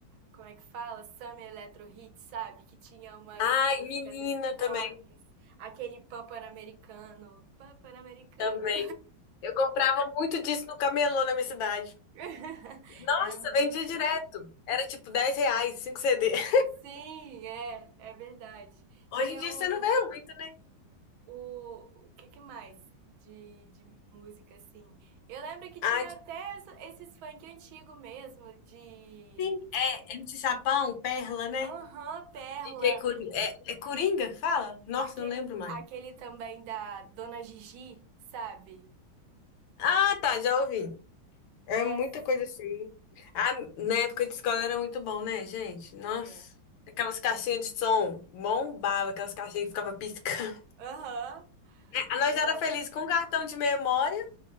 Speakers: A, on the right; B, on the left.
A: Como é que fala? Summer Electro Hits, sabe? Que tinha umas
B: Ai,
A: músicas
B: menina,
A: eletrônicas.
B: também,
A: Aquele pan pan-americano. Pan pan-americano.
B: também. Eu comprava muito disso no camelô na minha cidade.
A: <laughs>
B: Nossa,
A: Era muito
B: vendia direto.
A: bom.
B: Era tipo 10 reais, 5 CD. <laughs>
A: Sim, é, é verdade. Tinha
B: Hoje em dia
A: um,
B: você não vê muito, né?
A: o, o que que mais de, de música, assim? Eu lembro que tinha
B: Ah,
A: até essa- esses funk antigo mesmo, de...
B: Sim, é MC Sapão, Perla, né?
A: Aham, Perla,
B: DJ Coringa. É, é Coringa que fala? Nossa,
A: aquele,
B: não lembro mais.
A: aquele também da Dona Gigi, sabe?
B: Ah, tá, já ouvi.
A: Nossa,
B: É muita coisa assim. Ah, na época de escola era muito bom, né, gente? Nossa.
A: é.
B: Aquelas caixinhas de som bombava, aquelas caixinhas que ficava piscando. <laughs>
A: Aham,
B: É, nós
A: levava...
B: era feliz com um cartão de memória